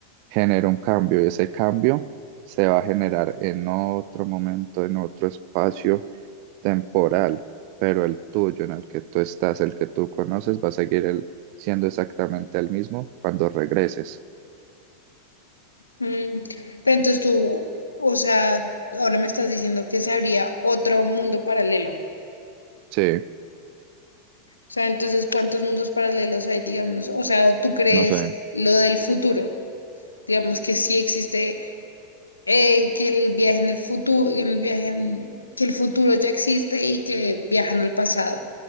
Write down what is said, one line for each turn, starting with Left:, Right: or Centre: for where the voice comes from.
Right: genera un cambio y ese cambio se va a generar en otro momento, en otro espacio temporal, pero el tuyo, en el que tú estás, el que tú conoces, va a seguir el- siendo exactamente el mismo cuando regreses.
Left: Mm, pero entonces tú, o sea, ahora me estás diciendo que se habría otro mundo paralelo.
Right: Sí,
Left: O sea, entonces, ¿cuántos mundos paralelos hay, digamos? O sea, ¿o ¿tú crees
Right: no sé,
Left: lo del futuro? Digamos que sí existe eh, que el viaje en el futuro, el viaje en- que el futuro ya existe y que viajan al pasado,